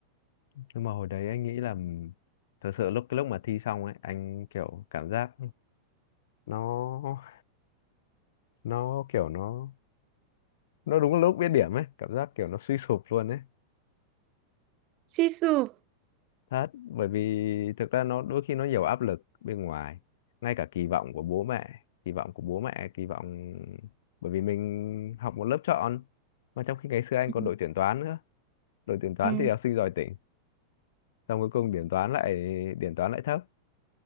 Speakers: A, on the left (about 55°); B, on the right (about 40°).
A: nhưng mà hồi đấy anh nghĩ là thật sự lúc cái lúc mà thi xong ấy anh kiểu cảm giác nó nó kiểu nó nó đúng lúc biết điểm ấy cảm giác kiểu nó suy sụp luôn ấy
B: suy sụp
A: thật bởi vì thực ra nó đôi khi nó nhiều áp lực bên ngoài ngay cả kỳ vọng của bố mẹ kỳ vọng của bố mẹ kỳ vọng bởi vì mình học một lớp chọn mà trong khi ngày xưa anh
B: ừ
A: còn đội tuyển toán nữa đội tuyển toán
B: ừ
A: thì học sinh giỏi tỉnh xong cuối cùng điểm toán lại điểm toán lại thấp